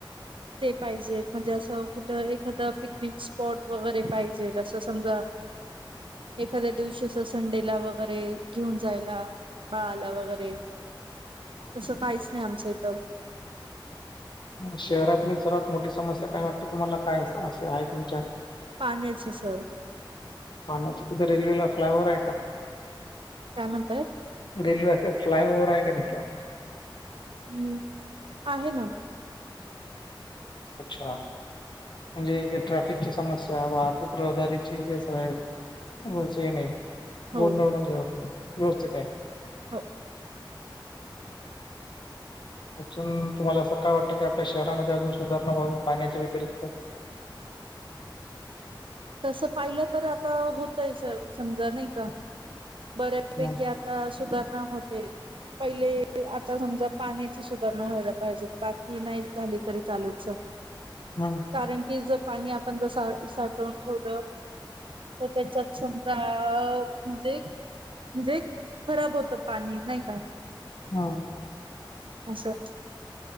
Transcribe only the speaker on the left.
हा शहरातली सर्वात मोठी समस्या काय वाटतं तुम्हाला काय असे आहे तुमच्या?
पाण्याची तिथे रेल्वेला फ्लाव्हर आहे का?
रेल्वेचा फ्लाय ओव्हर आहे का तिथं?
अच्छा, म्हणजे जे ट्रॅफिकची समस्या, वाहतूक रहदारीची जसं आहे. <unintelligible> गोंदळ
म्हणजे होत नाही व्यवस्थित आहे.
अजून तुम्हाला असं काय वाटतं की, आपल्या शहरामध्ये अजून सुधारणा व्हावी पाण्याच्या व्यतिरिक्त?
ह
हां.
हां